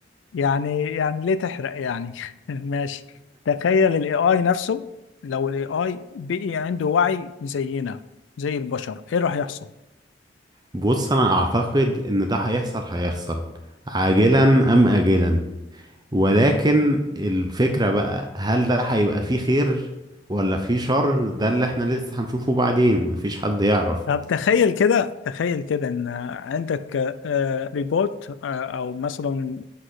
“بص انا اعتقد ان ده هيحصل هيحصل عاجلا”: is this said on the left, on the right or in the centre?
Right